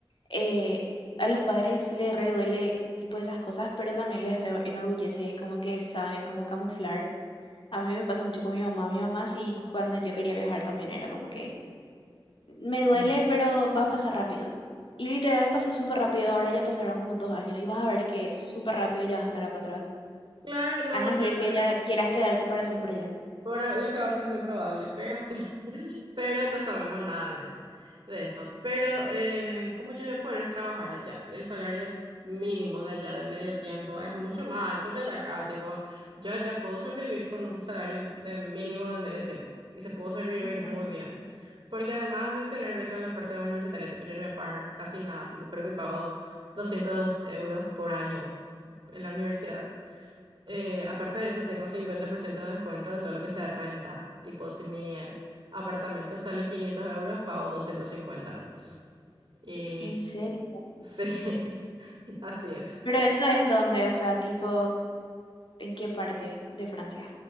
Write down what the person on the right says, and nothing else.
Sí.
Claro, no,
yo sé.
Por lo que va a ser muy probable, pero, <laughs> pero no sabemos nada en eso, de eso. Pero, eh, ¿cómo yo voy a poder trabajar allá? Y el salario mínimo de allá de medio tiempo es mucho más alto que el de acá. Tipo, yo allá puedo sobrevivir con un salario de mínimo de medio tiempo y se puedo sobrevivir
muy bien. Porque además de tener beca en la parte universitaria, tipo, yo no voy a pagar casi nada. Tipo, creo que pago 200 euros por año en la universidad eh, aparte de eso, tengo 50% de descuento en todo lo que sea renta. Tipo, si mi eh, apartamento sale 500 euros, pago 250 nomás. Y
sí, <laughs> así es.